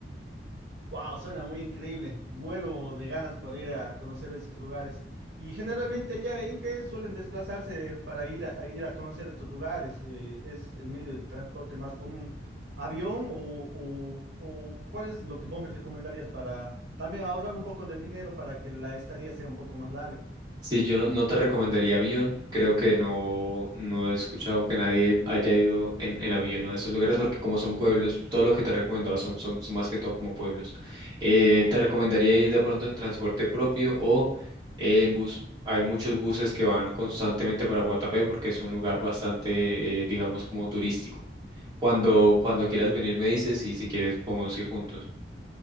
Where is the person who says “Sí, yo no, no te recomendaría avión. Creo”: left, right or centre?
Right